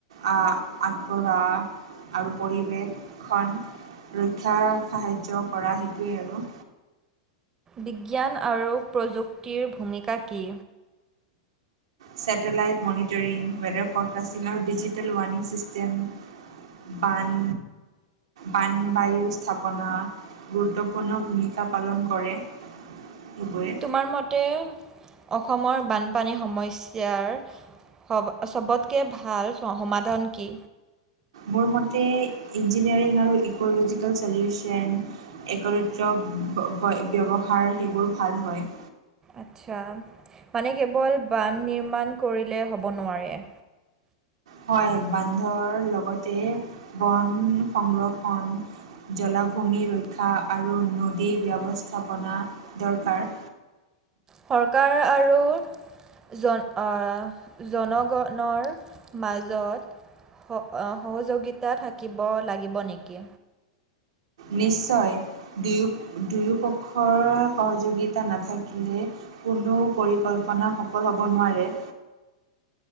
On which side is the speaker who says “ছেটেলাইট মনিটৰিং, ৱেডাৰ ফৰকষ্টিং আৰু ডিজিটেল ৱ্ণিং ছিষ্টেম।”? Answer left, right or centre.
Right